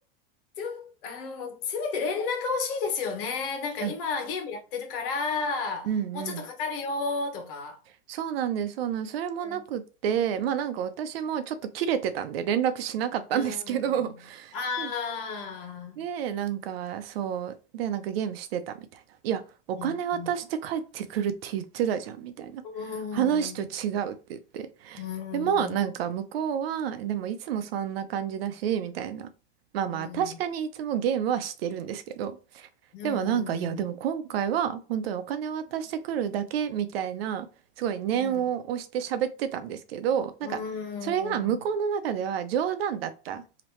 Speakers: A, on the left; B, on the right.
A: ちょっと、あの、せめて連絡欲しいですよね。なんか今ゲームやってるから、
B: うんうんうん。
A: もうちょっとかかるよとか。
B: そうなんです、そうなんです。それもなくって、
A: うん。
B: まあなんか私もちょっと切れてたんで連絡しなかったんですけど、
A: うんああ、
B: <laughs> で、なんかそう、で、なんかゲームしてたみたいな。いや、お金渡して帰ってくるって言ってたじゃん、
A: うん、うん、
B: みたいな。
A: う
B: 話と違うって言って。
A: ん、うん。
B: でも、なんか向こうは、でもいつもそんな感じだし、みたいな。まあまあ、
A: うん
B: 確かにいつもゲームはしてるんですけど、
A: うんうん
B: でもなんか、いや、でも今回は本当にお金を渡してくるだけみたいな、すごい念を押して喋ってたんですけど、
A: うん
B: なんか、
A: うんうん
B: それが向こうの中では冗談だった